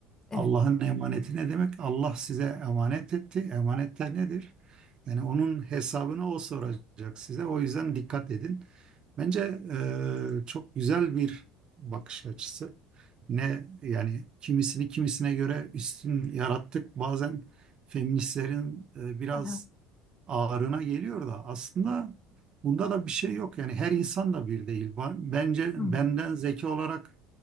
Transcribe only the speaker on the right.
Allah'ın emaneti ne demek? Allah size emanet etti. Emanetler nedir? Yani onun hesabını o soracak size. O yüzden dikkat edin. Bence e, çok güzel bir bakış açısı. Ne yani kimisini kimisine göre üstün yarattık. Bazen feministlerin e, biraz
ağrına geliyor da aslında bunda da bir şey yok. Yani her insan da bir değil. Ba- Bence
benden zeki olarak